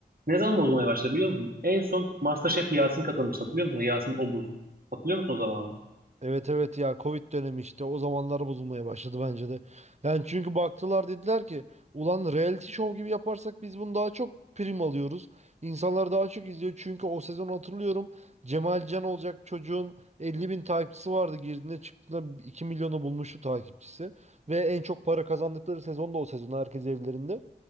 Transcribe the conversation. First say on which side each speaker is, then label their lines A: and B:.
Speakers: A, on the right; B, on the right.
A: Ne zaman bozulmaya başladı biliyor musun? En son MasterChef Yasin katılmıştı hatırlıyor musun? Yasin Obuz. Hatırlıyor musun o zamanı?
B: Evet evet ya Covid dönemi işte o zamanlar bozulmaya başladı bence de. Yani çünkü baktılar dediler ki ulan reality show gibi yaparsak biz bunu daha çok prim alıyoruz. İnsanlar daha çok izliyor çünkü o sezon hatırlıyorum Cemal Can olacak çocuğun 50 bin takipçisi vardı girdiğinde çıktığında 2 milyonu bulmuştu takipçisi. Ve en çok para kazandıkları sezon da o sezon herkes evlerinde.